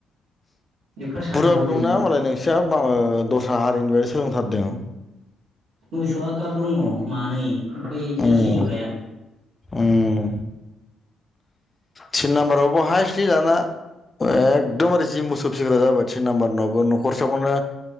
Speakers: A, on the right; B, on the left.
A: एफा सान्दुंआव
B: बुरजाबो
A: बोरै
B: दंना मालाय नोंसा मा ओ दस्रा हारिनि <unintelligible> सोलोंथारदों
A: मोसौआ गाब दङ मानै ओमफाय
B: उम
A: एखायनो सैज' हाया
B: उम थिन नाम्बारावबो हाइस्लि दाना एखदमबारे जि मोसौ फिसिग्रा जाबाय थिन नाम्बार नावबो न'खरसेयावनो